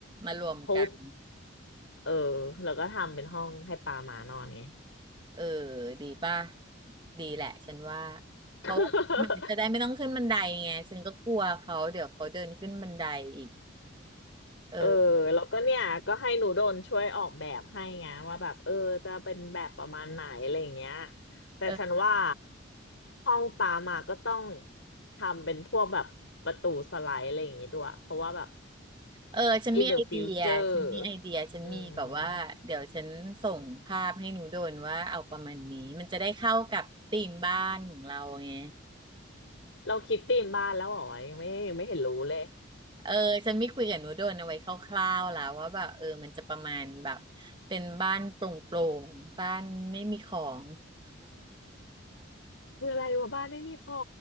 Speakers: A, on the right; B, on the left.
A: มารวมกัน
B: ทุบเออแล้วก็ทำเป็นห้องให้ปลาม้านอนไง
A: เออดีป่ะดีแหละฉันว่าเพราะว่ามันจะได้ไม่ต้องขึ้นบันไดไงฉันก็กลัวเขาเดี๋ยวเขาเดินขึ้นบันไดอีก
B: <laughs>
A: เออ
B: เออแล้วก็เนี่ยก็ให้หนูโดนช่วยออกแบบให้ไงว่าแบบเออจะเป็นแบบประมาณไหนอะไรอย่างเงี้ยแต่ฉันว่า
A: เออ
B: ห้องปามาก็ต้องทำเป็นพวกแบบประตูสไลด์อะไรอย่างงี้ด้วยเพราะว่าแบบ
A: เออฉันมีไอเดียฉันมีไอเดียฉันมีแบบว่าเดี๋ยวฉันส่งภาพให้หนูโดนว่าเอาประมาณนี้มันจะได้เข้ากับธีมบ้านของเราไง
B: in the future อืมเราคิดธีมบ้านแล้วเหรอยังไม่ยังไม่เห็นรู้เลย
A: เออฉันไม่คุยกับหนูโดนเอาไว้คร่าวๆแล้วว่าแบบเออมันจะประมาณแบบเป็นบ้านโปร่งๆบ้านไม่มีของ
B: คืออะไรวะบ้านไม่มีขอ